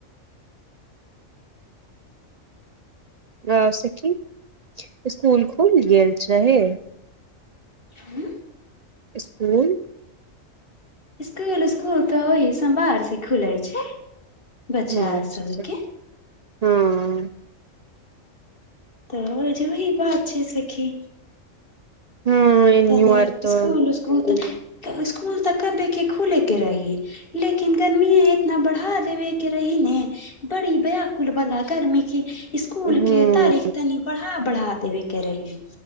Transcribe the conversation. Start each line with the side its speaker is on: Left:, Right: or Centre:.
Right: अ सखी स्कुल खुल गेल छ हे
Left: हँ
Right: स्कूल
Left: स्कुल स्कुल तऽ ओहि सोमवार से खुले छै बच्चा
Right: ह
Left: आर
Right: अच्छा
Left: सबके
Right: हँ
Left: तऽ जु वही बात छै सखी
Right: हँ एन्यू
Left: तनी
Right: आर तऽ
Left: स्कुल स्कुल त स्कूल तऽ कभे के खुले के रही लेकिन गर्मी इतना बढ़ा देबै के रही ने बड़ी ब्याकुल बला गर्मी के स्कूल
Right: हूँ
Left: के तारीख तनि बढ़ा बढ़ा देबे के रहि